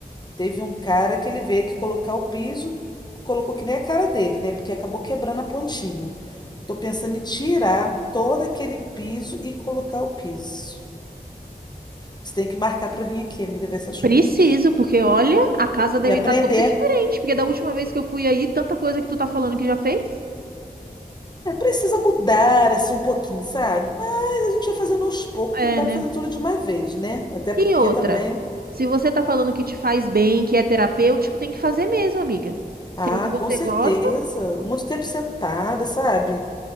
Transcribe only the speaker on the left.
teve um cara que ele veio aqui colocar o piso, colocou que nem a cara dele, né? Porque acabou quebrando a pontinha. Tô pensando em tirar todo aquele piso e colocar o piso. Você tem que marcar para vir aqui, amiga, ver essas
coisas.
E aprender.
É, precisa mudar, assim, um pouquinho, sabe? Mas a gente vai fazendo aos poucos,
que não dá
para fazer tudo de uma vez, né? Até porque
também...
Ah,
com certeza.
Muito tempo sentada, sabe?